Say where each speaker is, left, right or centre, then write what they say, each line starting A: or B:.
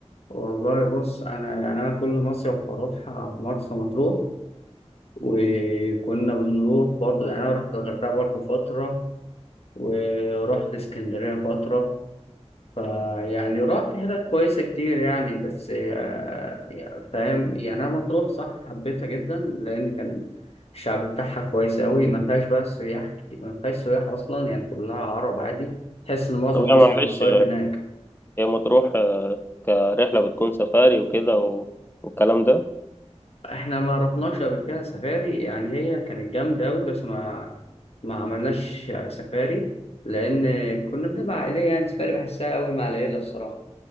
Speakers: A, on the left; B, on the left.
A: والله بص انا يعني انا كل مصيف بروح آه، مرسى مطروح وكنا بنروح برضو يعني انا رحت الغردقه برضو فتره ورحت اسكندريه فتره فيعني رحت حتت كويسة كتير يعني بس آه، يعني فاهم يعني أنا مطروح صح حبيتها جدا لأن كان الشعب بتاعها كويس أوي ما فيهاش بقى سياح كتير ما فيهاش سياح أصلا يعني كلها عرب عادي تحس إن معظم
B: طب
A: مصر
B: يا معلش
A: بتصيف هناك
B: هي مطروح آه، كرحله بتكون سفاري وكده و... والكلام ده
A: إحنا ما رحناش قبل كده سفاري يعني هي كانت جامدة أوي بس ما ما عملناش سفاري لأن كنا بنبقى عائلية يعني سفاري بحسها أوي مع العيلة الصراحة